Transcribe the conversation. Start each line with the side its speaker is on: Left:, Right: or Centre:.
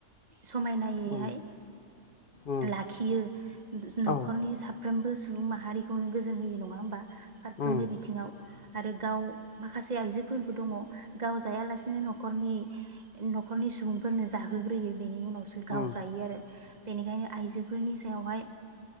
Right: समायनायैहाय
Left: उम उम
Right: लाखियो न'खरनि
Left: औ
Right: सा फारफ्रोमबो सुबुं माहारिखौनो गोजोन होयो नङा होमबा फारफ्रोमबो
Left: उम
Right: बिथिङाव आरो गाव माखासे आइजोफोरबो दङ। गाव जायालासिनो न'खरनि न'खरनि सुबुंफोरनो जाहोग्रोयो बेनि उनावसो गाव
Left: उम
Right: जायो आरो बेनिखायनो आइजोफोरनि सायावहाय